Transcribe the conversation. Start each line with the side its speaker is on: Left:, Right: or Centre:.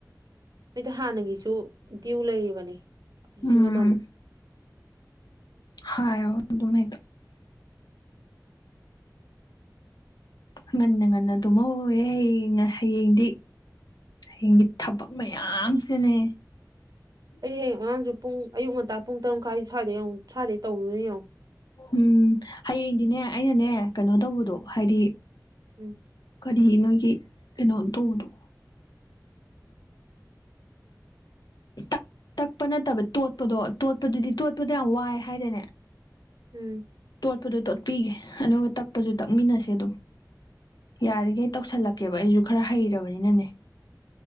Right: ꯍꯣꯢꯗ ꯍꯥꯟꯅꯒꯤꯁꯨ ꯗ꯭ꯌꯨ ꯂꯩꯔꯤꯕꯅꯦ ꯂꯤꯁꯤꯡ
Left: ꯎꯝ
Right: ꯑꯃꯃꯨꯛ
Left: ꯍꯥꯏꯌꯨ ꯑꯗꯨꯝ ꯍꯦꯛꯇ ꯉꯟꯅ ꯉꯟꯅ ꯇꯨꯝꯍꯧꯍꯦ ꯍꯌꯦꯡ ꯍꯌꯦꯡꯗꯤ ꯍꯌꯦꯡꯒꯤ ꯊꯕꯛ ꯃꯌꯥꯝ ꯁꯤꯅꯅꯦ
Right: ꯑꯩꯗꯤ ꯍꯌꯦꯡ ꯑꯉꯥꯡꯁꯨ ꯄꯨꯡ ꯑꯌꯨꯛ ꯉꯟꯇꯥ ꯄꯨꯡ ꯇꯔꯨ ꯃꯈꯥꯏ ꯁ꯭ꯋꯥꯗ ꯁ꯭ꯋꯥꯏꯗ ꯇꯧꯗꯧꯢꯅꯦ ꯌꯦꯡꯉꯣ
Left: ꯎꯝ ꯍꯌꯦꯡꯗꯤꯅꯦ ꯑꯩꯅꯅꯦ ꯀꯩꯅꯣ ꯇꯧꯕꯗꯣ ꯍꯥꯏꯗꯤ
Right: ꯎꯝ
Left: ꯀꯔꯤ ꯅꯣꯏꯒꯤ ꯀꯩꯅꯣ ꯇꯧꯕꯗꯣ ꯇꯛ ꯇꯛꯄ ꯅꯠꯇꯕ ꯇꯣꯠꯄꯗꯣ ꯇꯣꯠꯄꯗꯨꯗꯤ ꯇꯣꯠꯄꯗ ꯌꯥꯝ ꯋꯥꯏ ꯍꯥꯏꯗꯥꯢꯅꯦ꯫
Right: ꯎꯝ꯫
Left: ꯇꯣꯠꯄꯗꯣ ꯇꯣꯠꯄꯤꯒꯦ ꯑꯗꯨꯒ ꯇꯛꯄꯁꯨ ꯇꯛꯃꯤꯟꯅꯁꯦ ꯑꯗꯨꯝ꯫ ꯌꯥꯔꯤꯈꯩ ꯇꯧꯁꯜꯂꯛꯀꯦꯕ ꯑꯩꯁꯨ ꯈꯔ ꯍꯩꯔꯕꯅꯤꯅꯅꯦ